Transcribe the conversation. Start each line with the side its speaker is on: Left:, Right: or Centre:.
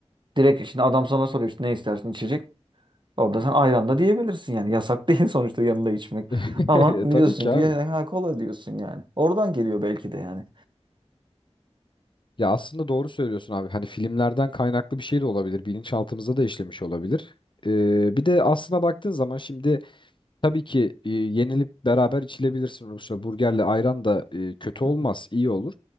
Right: Direkt şimdi adam sana soruyor işte ne istersin içecek. Orada sen ayran da diyebilirsin yani. Yasak değil <laughs> sonuçta yanında içmek.
Left: <laughs>
Right: Ama
Left: Tabii
Right: diyorsun
Left: ki
Right: ki
Left: abi.
Right: "Ya, ha, kola diyorsun yani. Oradan geliyor belki de yani.
Left: Ya aslında doğru söylüyorsun abi. Hani filmlerden kaynaklı bir şey de olabilir. Bilinçaltımıza da işlemiş olabilir. E, bir de aslına baktığın zaman şimdi Tabii ki e, yenilip beraber içilebilirsin Rusya. Burgerle ayran da e, kötü
Right: Hı
Left: olmaz,
Right: hı.
Left: iyi olur.